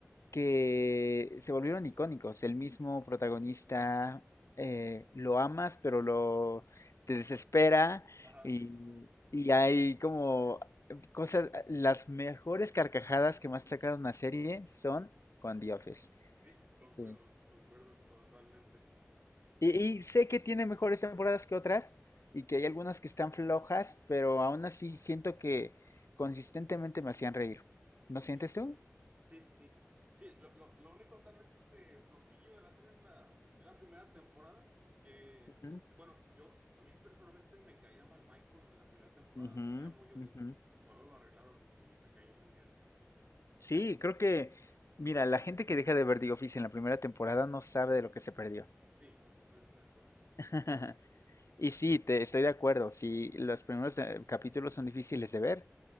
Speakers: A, on the left (about 70°); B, on the right (about 25°).
A: que se volvieron icónicos. El mismo protagonista eh, lo amas, pero lo te desespera
B: Ajá,
A: y, y hay como cosas. Las mejores carcajadas que más sacaron una serie son con The Office.
B: sí, concuerdo,
A: Sí.
B: concuerdo totalmente.
A: Y, y sé que tiene mejores temporadas que otras y que hay algunas que están flojas, pero aún así siento que consistentemente me hacían reír. ¿No
B: Sí,
A: sientes tú?
B: sí, sí, sí. Sí, lo, lo, lo único tal vez este flojillo de la serie es la, es la primera temporada, que,
A: Ujú,
B: bueno, yo, a mí personalmente me caía mal Michael en la primera temporada,
A: ujú,
B: así era muy odioso.
A: ujú.
B: Pero luego lo arreglaron y me cayó muy bien.
A: Sí, creo que, mira, la gente que deja de ver The Office en la primera temporada no sabe de lo que se perdió.
B: Sí, completamente de acuerdo. Completamente
A: <laughs>
B: de acuerdo.
A: Y sí, te estoy de acuerdo. Sí, los primeros eh, capítulos son difíciles de ver,